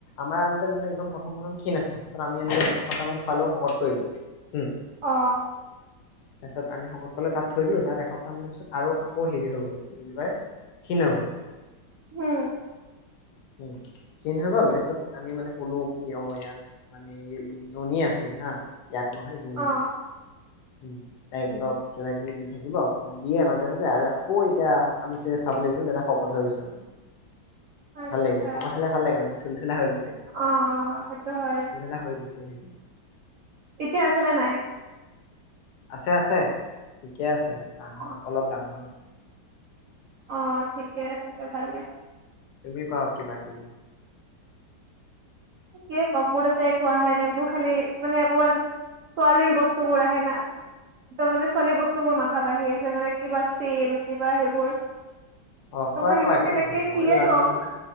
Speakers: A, on the left (about 70°); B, on the right (about 75°).
A: আমাৰ আনতেন মানে একদম প্ৰথম প্ৰথম ক্ষীণ আছিল তাৰ পিছত আমিনে এসপ্তাহ মান খোৱালেও শকত কৰিলোম
B: অ
A: তাৰপিছত আমি শগত পালে তাত থৰিলো তাত সপ্তাহ মানৰ পিছত আৰু আকৌ হেৰি হৈ গ'লাই ক্ষীণ হৈ গল
B: উম
A: উ স নহ গল তাৰপিছত আমি মানে কলো কি অ ইয়াৰ মানে জনী আছিল হা ইয়াত নহয় জমি
B: অ
A: উ তাইক অলপ কিবা কিবি দি থাকিব দিয়ে মাজে মাজে আৰু আকৌ এতিয়া আমি চাব ল গৈছিল তেটা শকত হৈ গৈছে মানে
B: আচ্ছা
A: ভাল লাগিলে শকত হালে ভাল লাগে মানে পখিলা হৈ গৈছে
B: অ সেইটো হয়
A: পখিলা হৈ গৈছে সেই
B: এতিয়া আছে নে নাই
A: আছে আছে একে আছে ডাঙৰ
B: অ
A: অলপ ডাঙৰো হৈছে
B: অ ঠিকে আছে দে ভালেই
A: তুমি কোৱা কিবা কিবি কি
B: কিয় কম মোৰ তাতে একো অহাই নাই মোৰ খালি মানে অকমান ছোৱালীৰ বস্তুবোৰ আহে না একদম মানে ছোৱালীৰ বস্তুবোৰ মাথাত আহি আছে মানে কিবা চল কিবা সেইবোৰ
A: অ
B: ত
A: কোৱা
B: মই সেইবোৰ
A: কোৱা একো
B: কেনেকে
A: নহয় ময়ো
B: কিয়ে
A: জানো
B: কম
A: নহয়